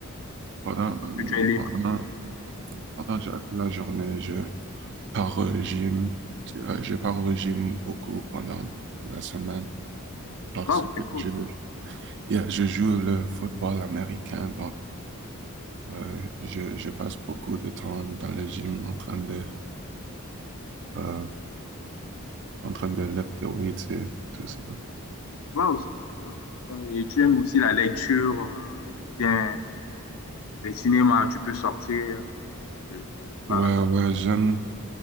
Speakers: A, on the right (about 55°); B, on the left (about 65°).
A: Pendant,
B: quand que tu es libre?
A: pendant, pendant ja- la journée, je pars au régime. tu- euh, Je pars au régime beaucoup pendant la semaine parce
B: Waouh,
A: que
B: c'est cool.
A: je, yeah, je joue le football américain. Donc, euh, je, je passe beaucoup de temps dans le gym en train de, euh, en train de lift the weights et tout ça.
B: Waouh, c'est super, c'est super. Et tu aimes aussi la lecture euh, ou bien les cinémas, tu peux sortir, te, te, te balader.
A: Ouais, ouais, j'aime,